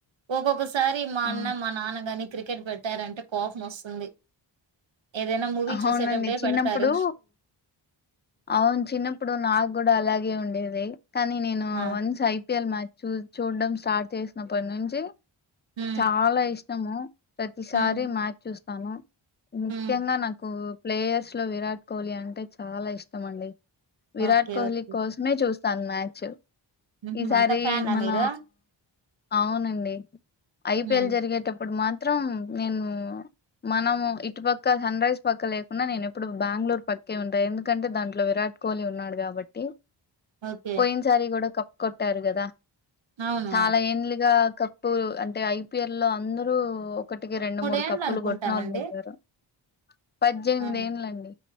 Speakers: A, on the right; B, on the left.
A: ఒక్కొక్క సారి మా
B: ఆ
A: అన్న మా నాన్న గాని క్రికెట్ పెట్టారంటే కోపం వస్తుంది ఏదైనా మూవీ
B: అవునండి
A: చూసేటప్పుడే
B: చిన్నప్పుడు
A: పెడతారు
B: అవును చిన్నప్పుడు నాకు కూడా అలాగే ఉండేది కానీ నేను
A: ఆ!
B: వన్స్ అయి ఐపిఎల్ మ్యాచ్ చూడడం స్టార్ట్ చేసినప్పటి నుంచి
A: హ్మ్.
B: చాలా ఇష్టము ప్రతిసారి
A: హ్మ్.
B: మ్యాచ్ చూస్తాను ముఖ్యంగా
A: హ్మ్.
B: నాకు ప్లేయర్స్ లో విరాట్ కోహ్లీ అంటే చాలా ఇష్టం అండి విరాట్
A: ఓకే.
B: కోహ్లీ
A: ఓకే.
B: కోసమే చూస్త ను మ్యాచ్
A: హుహు.
B: ఈసారి
A: అంత ఫ్యానా
B: మన
A: మీరు?
B: అవునండి ఐపిఎల్
A: హ్మ్.
B: జరిగేటప్పుడు మాత్రం నేను మనము ఇటు పక్క సన్ రైజ్ పక్క లేకుండా నేను ఎప్పుడు బెంగళూరు పక్కే ఉంటా ఎందుకంటే దాంట్లో విరాట్ కోహ్లీ ఉన్నాడు కాబట్టి
A: ఓకే.
B: పోయినసారి కూడా కప్ కొట్టారు కదా
A: అవునవును.
B: చాలా యేండ్లు గా కప్పు అంటే ఐపిఎల్ లో అందరూ ఒకటికి రెండు మూడు
A: ఏండ్లు
B: కప్పులు
A: అనుకుంటానండి.
B: కొట్టినోళ్ళు ఉన్నరు పద్దెనిమిద
A: ఆ!
B: యేండ్లండి